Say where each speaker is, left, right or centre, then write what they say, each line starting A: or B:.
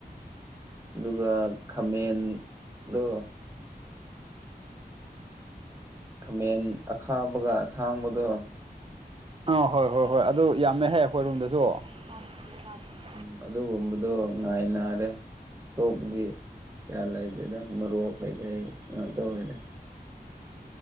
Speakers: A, on the right; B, on the right.
A: ꯑꯗꯨꯒ ꯈꯥꯃꯦꯟꯗꯣ ꯈꯥꯃꯦꯟ ꯑꯈꯥꯕꯒ ꯑꯁꯥꯡꯕꯗꯣ
B: ꯑꯥ ꯍꯣꯏ ꯍꯣꯏ ꯍꯣꯏ ꯑꯗꯨ ꯌꯥꯝꯃꯦꯍꯦ ꯑꯩꯈꯣꯏ ꯔꯨꯝꯗꯁꯨ <unintelligible>
A: ꯎꯝ ꯑꯗꯨꯒꯨꯝꯕꯗꯣ ꯉꯥꯏꯅꯔꯦ ꯇꯣꯞꯄꯗꯤ ꯀꯌꯥ ꯂꯩꯗꯦꯗ ꯃꯔꯣꯛ ꯀꯩꯀꯩ ꯉꯥꯛꯇ ꯑꯣꯏꯔꯦ